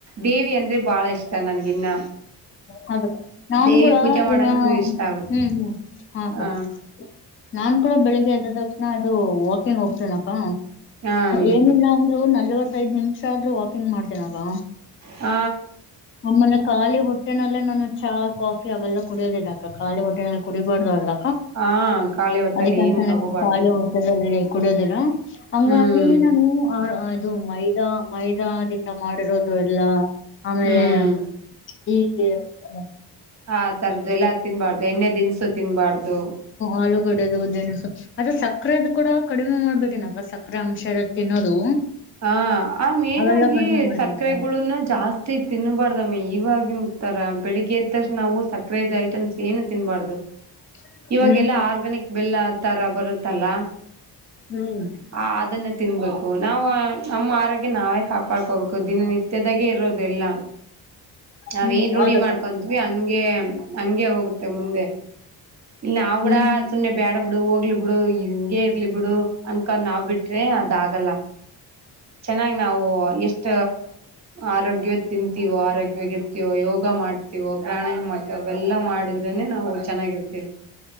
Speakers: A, on the right; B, on the left.
A: ದೇವಿ ಅಂದ್ರೆ ಬಾಳ ಇಷ್ಟ ನನ್ಗಿನ್ನ.
B: ಹೌದು ನಾನ್
A: ದೇವಿ
B: ಕೂಡ
A: ಪೂಜೆ ಮಾಡಂದ್ರೆ
B: ದಿನಾ
A: ಇಷ್ಟ ಆಗುತ್ತೆ
B: ಹ್ಮ್ ಹ್ಮ್ ಹ್ಹ ಅಕ್ಕ.
A: ಹ
B: ನಾನ್ ಕೂಡ ಬೆಳಗ ಎದ್ದ ತಕ್ಷಣ ಇದು ವಾಕಿಂಗ್ ಹೋಗ್ತನಕ್ಕ.
A: ಹ ಮೀನು
B: ಏನಿಲ್ಲ ಅಂದ್ರು ನಲವೈತೈದು ನಿಮಿಷ ಆದ್ರೂ ವಾಕಿಂಗ್ ಮಾಡ್ತನಕ್ಕ.
A: ಹ
B: ಆಮ್ಮಲೆ ಖಾಲಿ ಹೊಟ್ಟೆಲ್ಲೇ ನಾನು ಚಾ ಕಾಫಿ ಅವೆಲ್ಲ ಕುಡಿಯೋದಿಲ್ಲಕ್ಕ ಖಾಲಿ ಹೊಟ್ಟೆಲ್ಲಿ ಕುಡಿಬಾರ್ದು ಅಲ್ಲ.
A: ಹ ಖಾಲಿ ಹೊಟ್ಟೆಲಿ
B: ಅದಕ್ಕೆಂತಾನೆ
A: ಏನು ತಗೋಬಾರ್ದು
B: ಖಾಲಿ ಹೊಟ್ ಕುಡಿಯೋದಿಲ್ಲ ಹಂಗಾಗಿ
A: ಹ್ಮ್
B: ನಾನು ಹ್ ಹ್ಹ್. ಅದು ಮೈದಾ ಮೈದಾದಿಂದ ಮಾಡಿರೋದು ಎಲ್ಲ. ಆಮೇಲೆ
A: ಹ್ಮ್
B: <unintelligible>
A: ಹ ತರದು ಎಲ್ಲಾ ತಿನ್ಬಾರ್ದು ಎಣ್ಣೆ ದಿನ್ಸು ತಿನ್ನಬಾರದು.
B: ಆಳೂಗಡೆದುದೇವ ಅದ ಸಕ್ಕರೆದ ಕೂಡ ಕಡಿಮೆ ಮಾಡ್ಬಿಟ್ರಿ ನಕ ಸಕ್ಕರೆ ಅಂಶ ಇರ ತಿನ್ನೋದು
A: ಹ ಆ ಮೇನ್
B: ಅವೆಲ್ಲಾ
A: ಆಗಿ
B: ಕಡಿಮೆ ಮಾಡಿದೀನಕ್ಕ
A: ಸಕ್ಕರೆಗುಳನ್ ಜಾಸ್ತಿ ಅಷ್ಟ ತಿನ್ನಬಾರ್ದಮ್ಮಿ ಇವಾಗಿನ ತರ ಬೆಳಿಗ್ಗೆ ಎದ್ದಷ್ಟು ನಾವು ಸಕರೆದು ಐಟಮ್ಸ್ ಏನು ತಿನ್ಬಾರ್ದು
B: <inaudible>
A: ಇವಾಗೆಲ್ಲಾ
B: ಹ್ಮ್
A: ಆರ್ಗ್ಯನಿಕ್ ಬೆಲ್ಲ ತರ ಬರುತ್ತಲ್ಲ
B: ಹ್ಮ್
A: ಹ ಅದನ್ನ ತಿನ್ಬೇಕು ನಾವವು ನಮ್ಮ ಆರೋಗ್ಯ ನಾವೇ ಕಾಪಾಡ್ಕೋಬೇಕು ದಿನ ನಿತ್ಯದಾಗೆ ಇರೋದು ಎಲ್ಲ ನಾವ
B: ಹ್ಮ್
A: ಏನ್ ರೂಢಿ
B: ಹೌದಕ್ಕ
A: ಮಾಡ್ಕೊಂತೀವಿ ಹಂಗೆ ಹಂಂಗಗೆ ಹೋಗುತ್ತೆ ಮುಂದೆ ನಾವವು ಕೂಡ
B: ಹ್ಮ್
A: ಸುಮ್ನೆ ಬ್ಯಾಡ ಬಿಡು ಹೋಗ್ಲಿ ಬಿಡು ಹಿಂಗೆ ಇರ್ಲಿ ಬಿಡು ಅನ್ಕೊಂಡ್ ನಾವ್ ಬಿಟ್ರೆ ಅದ ಆಾಗಲ್ಲ ಚೆನ್ನಾಗ್ ನಾವು ಎಷ್ಟ ಆರೋಗ್ಯ ತಿಂತೀವೋ ಆರೋಗ್ಯ ಇರ್ತೀವೋ ಯೋಗ ಮಾಡ್ತೀವೋ ಪ್ರಾಣಾಯಾಮ ಮಾಡ್ ಅವೆಲ್ಲಾ ಮಾಡಿದ್ರೆನೆ ನಾವು ಚೆನ್ನಾಗಿರ್ತೇವಿ